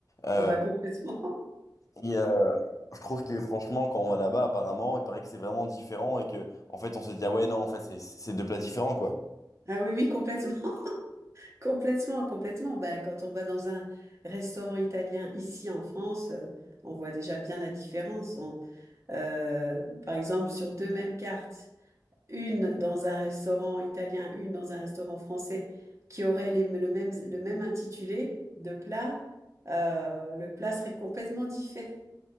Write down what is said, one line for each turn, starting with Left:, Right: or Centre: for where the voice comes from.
Left: Euh,
Right: Ah bah complètement. <laughs>
Left: et euh, je trouve que franchement, quand on va là-bas, apparemment, il paraît que c'est vraiment différent et que, en fait, on se dit, ah ouais, non, en fait, c'est c'est deux plats différents, quoi.
Right: Ah oui, oui, complètement. Complètement, complètement. Ben, quand on va dans un restaurant italien ici en France, euh, on voit déjà bien la différence. On- euh, par exemple, sur deux mêmes cartes, une dans un restaurant italien, une dans un restaurant français, qui aurait les- le même, le même intitulé de plat, euh, le plat serait complètement différent.